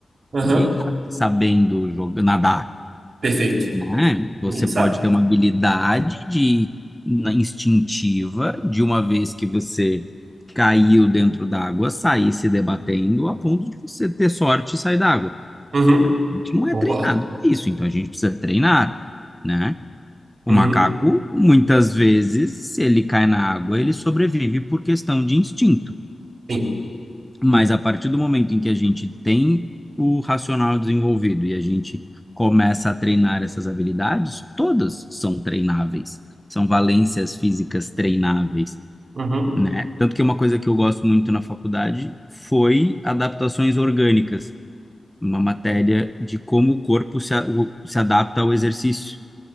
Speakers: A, on the right; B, in the centre.
A: aham,
B: Ninguém nasce sabendo jogar, nadar,
A: perfeito.
B: né? Você
A: Ninguém sabe.
B: pode ter uma habilidade de, na- instintiva de uma vez que você caiu dentro d'água, sair se debatendo a ponto de você ter sorte e sair d'água.
A: Uhum,
B: A gente não é
A: concordo.
B: treinado para isso, então a gente precisa treinar, né? O
A: Uhum,
B: macaco, muitas vezes, se ele cai na água, ele sobrevive por questão de instinto.
A: sim.
B: Mas a partir do momento em que a gente tem o racional desenvolvido e a gente começa a treinar essas habilidades, todas são treináveis, são valências físicas treináveis,
A: Uhum,
B: né? Tanto que uma coisa que eu gosto muito na faculdade foi adaptações orgânicas, uma matéria de como o corpo se, a- o- se adapta ao exercício